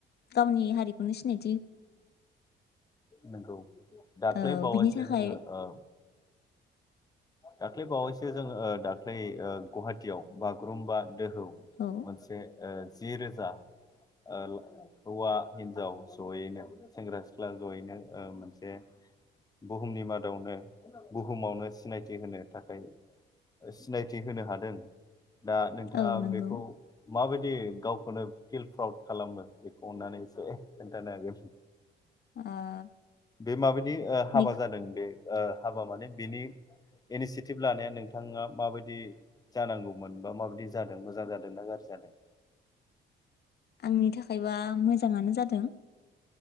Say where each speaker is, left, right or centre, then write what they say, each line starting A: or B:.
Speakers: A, on the left (about 55°); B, on the left (about 20°).
A: गावनि हारिखौनो सिनाय
B: नोंगौ दाख्लै
A: औ
B: बावासो
A: बिनि थाखाय
B: जोङो ओ दाख्लै बावैसो जों ओ दाख्लै ओ गुवाहाटियाव बागुरुम्बा दोहौ
A: औ
B: मोनसे ओ जि रोजा ओ हौवा हिन्जाव जयैनो सेंग्रा सिख्ला जयैनो ओ मोनसे बुहुमनि मादावनो बुहुमावनो सिनायथि होनो थाखाय सिनायथि होनो हादों दा नोंथाङा
A: औ नंगौ
B: बेखौ माबायदि गावखौनो फिल प्राउद खालामो बेखौ अननानै एसे खोनन्थानो हागोन
A: ओ
B: बेहाय माबायद दि ओ हाबा
A: बे
B: जादों बे ओ हाबा माने बिनि इनिसियेटिभ लानाया नोंथाङा माबायदि जानांगौमोन बा माबायदि जादों मोजां जादों ना गाज्रि जादों
A: निथा खायबा मोजाङानो जादों